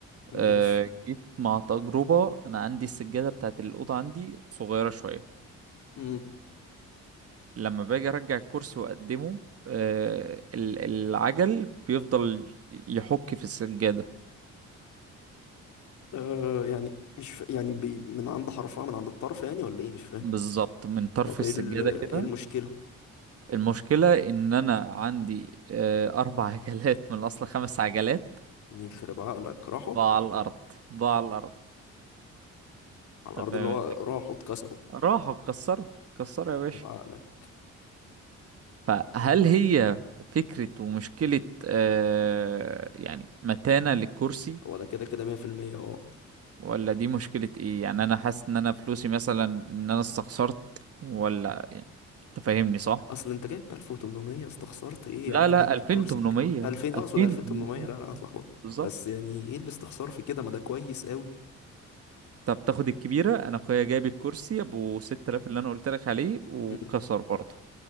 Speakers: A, on the left; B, on the right.
A: ماشي
B: أه جيت مع تجربة انا عندي السجادة بتاعت الأوضة عندي صغيرة شوية
A: امم
B: فلما باجي ارجع الكرسي واقدمه أه ال- العجل بيفضل يحك في السجادة
A: آه يعني مش ف... يعني بي... من عند حرفها من عند الطرف يعني ولا ايه مش فاهم
B: بالظبط من طرف
A: طب ايه
B: السجادة
A: ال... ايه
B: كده
A: المشكلة
B: المشكلة ان انا عندي أه اربع عجلات من الاصل خمس عجلات
A: يخرب عقلك راحوا
B: بقى على الارض بقى على الارض
A: على الارض
B: انت فاهم
A: اللي هو راحوا اتكسروا
B: راحوا اتكسروا اتكسروا يا باشا
A: يخرب عقلك
B: فهل هي فكرة ومشكلة آه يعني متانة للكرسي
A: هو ده كده كده 100% اه
B: ولا دي مشكلة ايه يعني انا حاسس ان انا فلوسي مثلا ان انا استخسرت ولا يعني تفهمني صح
A: اصل انت جايب ب 1800 استخسرت ايه
B: لا
A: يا عم
B: لا
A: هتجيب
B: يعني 2800
A: كرسي بكام 2000 اقصد
B: 2800
A: 2800 لا لا انا اتلخبطت
B: بالظبط
A: بس يعني ايه الاستخسار في كده ما ده كويس قوي
B: طب تاخد الكبيرة انا اخويا جايب الكرسي ابو 6000 اللي انا قلت لك عليه وكسر
A: مم.
B: برضه